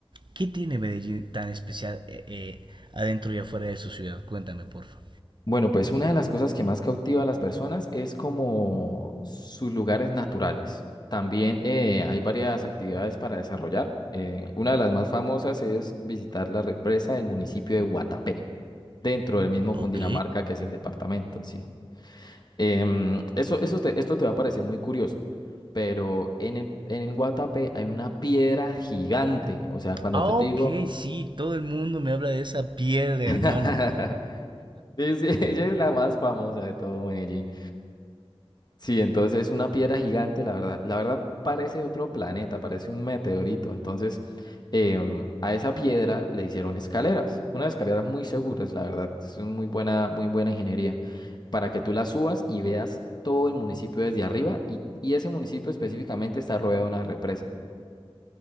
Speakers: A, on the right; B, on the left.
A: ¿Qué tiene Medellín tan especial eh, eh, adentro y afuera de su ciudad? Cuéntame, porfa.
B: Bueno, pues una de las cosas que más cautiva a las personas es como sus lugares naturales. También eh, hay varias actividades para desarrollar. Eh, una de las más famosas es visitar la represa del municipio de Guatapé, dentro del mismo
A: Ok.
B: Cundinamarca que es el departamento, sí. Em, eso, eso te- esto te va a parecer muy curioso, pero en el, en el Guatapé hay una piedra gigante. O sea, cuando
A: Ah,
B: yo te
A: ok,
B: digo,
A: sí, todo el mundo me habla de esa piedra, hermano.
B: <laughs> sí, sí, <laughs> ella es la más famosa de todo Medellín. Sí, entonces es una piedra gigante, la verdad. La verdad parece otro planeta, parece un meteorito. Entonces, em, a esa piedra le hicieron escaleras, unas escaleras muy seguras, la verdad. Es una muy buena, muy buena ingeniería para que tú la subas y veas todo el municipio desde arriba y, y ese municipio específicamente está rodeado de una represa.